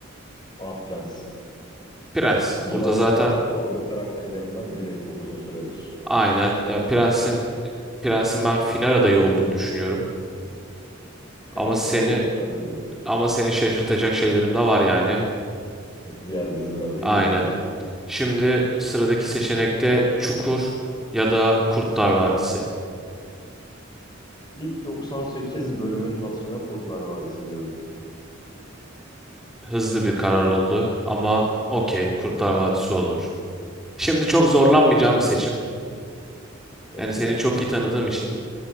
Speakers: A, on the left; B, in the centre.
A: A Prens.
B: Prens.
A: Bir
B: Burada
A: ay
B: zaten
A: favori karakterlerimden biri çok uzun süredir.
B: aynen ya Prens'in Prens'in ben final adayı olduğunu düşünüyorum.
A: Prens
B: Ama seni
A: finale çıkar gibi.
B: ama seni şaşırtacak şeylerim de var yani.
A: Diğer dizilerde
B: Aynen.
A: geliyor diyoruz.
B: Şimdi sıradaki seçenekte Çukur ya da Kurtlar Vadisi.
A: İlk 98 bölümün hatırına Kurtlar Vadisi diyorum.
B: Hızlı bir karar oldu ama okey Kurtlar Vadisi olur. Şimdi çok zorlanmayacağım bir seçim.
A: Ekliyorum.
B: Yani seni çok iyi tanıdığım için.